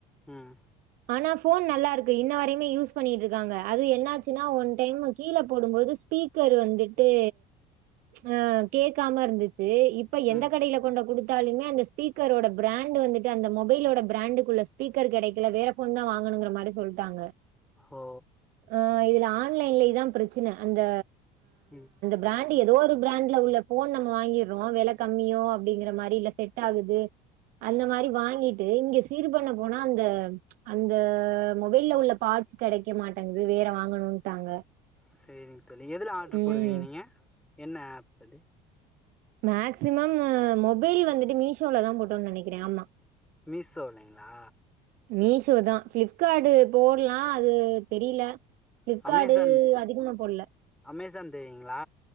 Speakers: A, in the centre; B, on the right.
A: ம்
B: ஆனா ஃபோன் நல்லாருக்கு இன்ன வரையுமே யூஸ் பண்ணிகிட் இருக்காங்க அது என்னாச்சுனா ஒன் டைம் கீழ போடும்போது ஸ்பீக்கர் வந்துட்டு ஆ கேக்காம இருந்துச்சு இப்ப எந்த
A: ம்
B: கடைல கொண்டு குடுத்தாலுமே அந்த ஸ்பீக்கரோட பிராண்டு வந்துட்டு அந்த மொபைலோட பிராண்டுக்குள்ள ஸ்பீக்கர் கெடைக்கல வேற ஃபோன் தா வாங்கனுங்குற மாரி சொல்ட்டாங்க
A: ஓ
B: ஆ இதுல ஆன்லைன்ல இதா பிரச்சன அந்த
A: ம்
B: பிராண்ட்டு எதோ ஒரு பிராண்ட்ல உள்ள ஃபோன் நம்ம வாங்கிட்றோ வெல கம்மியோ அப்டிங்கற மாரி இல்ல செட் ஆகுது அந்த மாரி வாங்கிட்டு இங்க சீர் பண்ண போனா அந்த அந்த மொபைல்ல உள்ள பாட் ஸ் கெடைக்க மாட்டேங்குது வேற வாங்கணுன்ட்டாங்க
A: செரிங் தோழி எதுல ஆர்டரு
B: ம்
A: போடுவீங்க நீங்க என்ன ஆப் அது
B: மேக்சிமம் மொபைல் வந்துட்டு மீஷோல தா போட்டோன் நெனைக்குற ஆமா
A: மீஷோலைங்ளா
B: மீஷோ தா ஃப்ளிப்கார்டு போட்லா அது தெரில ஃப்ளிப்கார்டு
A: அமேசான்
B: அதிகமா போடல
A: அமேசான் தெரியுங்ளா